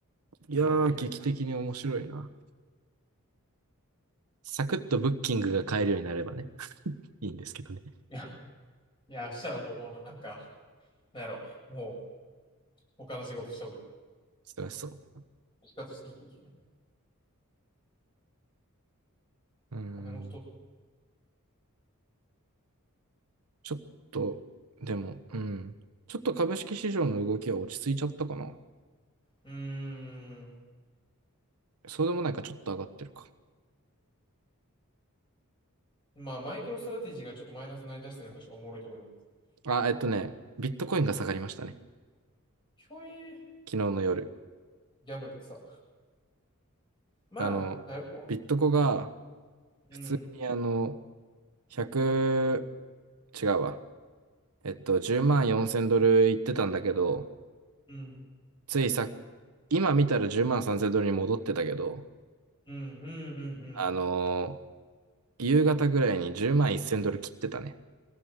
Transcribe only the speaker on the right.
いやー、
劇的に面白いな。サクッとブッキングが買えるようになればね、いいんですけどね。
辛そう。
うーん。
ちょっと、でも、うん。ちょっと株式市場の動きは落ち着いちゃったかな。
そうでもないか、ちょっと上がってるか。
あ、えっとね、ビットコインが下がりましたね。
昨日の夜。
あの、
ビットコが
普通にあの、100、違うわ。えっと、10万4千ドルいってたんだけど、
ついさ、今見たら10万3千ドルに戻ってたけど、
あの
ー、夕方ぐらいに10万1千ドル切ってたね。